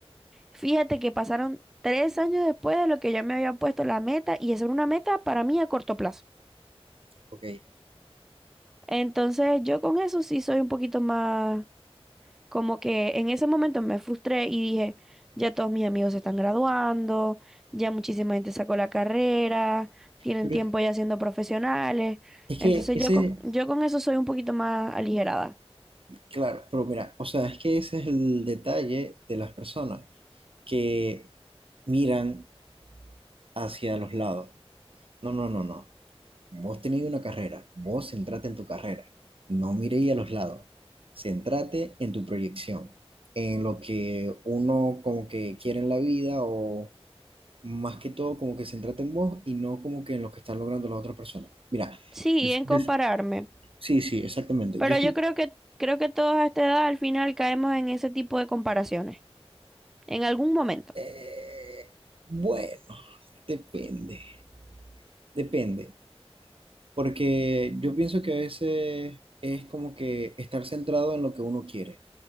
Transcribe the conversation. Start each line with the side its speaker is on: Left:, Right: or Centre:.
Centre: Fíjate que pasaron tres años después de lo que yo me había puesto la meta y esa era una meta para mí a corto plazo.
Right: Ok.
Centre: Entonces, yo con eso sí soy un poquito más Como que en ese momento me frustré y dije, ya todos mis amigos se están graduando, ya muchísima gente sacó la carrera, tienen
Right: Pero
Centre: tiempo
Right: es
Centre: ya siendo profesionales.
Right: es que
Centre: Entonces
Right: ese,
Centre: yo con, yo con eso soy un poquito más aligerada.
Right: Claro, pero mira, o sea, es que ese es el detalle de las personas que miran hacia los lados. No, no, no, no. Vos tenéis una carrera, vos centrate en tu carrera. No miréis a los lados. Centrate en tu proyección, en lo que uno como que quiere en la vida o más que todo como que centrate en vos y no como que en lo que están logrando las otras personas. Mira,
Centre: Sí,
Right: yo,
Centre: en compararme.
Right: yo- sí, sí, exactamente.
Centre: Pero
Right: Yo soy...
Centre: yo creo que, creo que todos a esta edad al final caemos en ese tipo de comparaciones. En algún momento.
Right: eh, bueno, depende. Depende, porque yo pienso que a veces es como que estar centrado en lo que uno quiere.